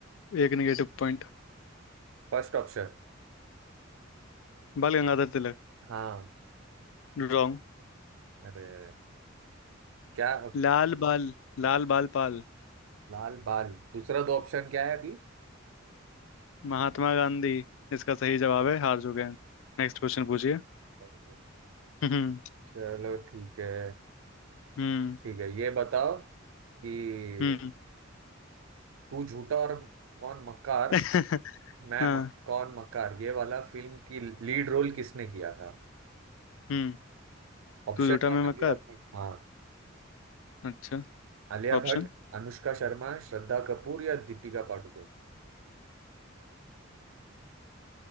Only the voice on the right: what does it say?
First option
हाँ
अरे क्या
लाल बाल दूसरा दो ऑप्शन क्या है अभी
अरे,
चलो ठीक है
ठीक है ये बताओ कि
तू झूठा और कौन मक्कार
मैं
मक, कौन मक्कार ये वाला फिल्म की लीड रोल किसने किया था
ऑप्शन
है
आलिया
भट्ट हाँ
आलिया
भट्ट अनुष्का शर्मा श्रद्धा कपूर या दीपिका पादुकोण